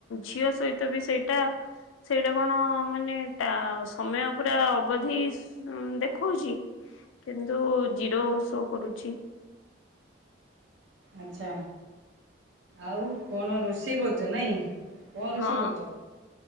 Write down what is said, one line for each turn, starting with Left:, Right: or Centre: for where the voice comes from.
Left: ଝିଅ ସହିତ ବି ସେଇଟା ସେଇଟା କଣ ମାନେ ଟା ସମୟ ପୁରା ଅବଧିସ ଦେଖଉଚି କିନ୍ତୁ ଜିରୋ ଶୋ କରୁଛି।
Right: ଆଚ୍ଛା ଆଉ କଣ ରୋଷେଇ କରୁଚ ନାଇଁ। କଣ ରୋଷେଇ
Left: ହଁ
Right: କରୁଛ?